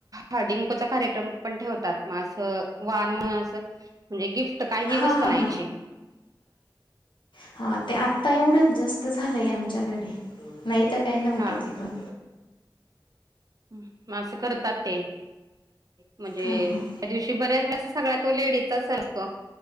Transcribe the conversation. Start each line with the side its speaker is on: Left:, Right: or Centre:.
Right: हाडिंकोचा कार्यक्रम पण ठेवतात मगं वान म असं. म्हणजे गिफ्ट काही
Left: हा
Right: वस्त
Left: हा
Right: नाहीयची
Left: हा ते आत्ता एवढंच जास्त झालंय आमच्याकडे नाही, तर काही नव्हतं
Right: हां.
Left: ते पण....
Right: म असं करतात ते..... म्हणजे
Left: हां हां
Right: त्या दिवशी बर्याच सगळ्या तो लेडीजचाच असतो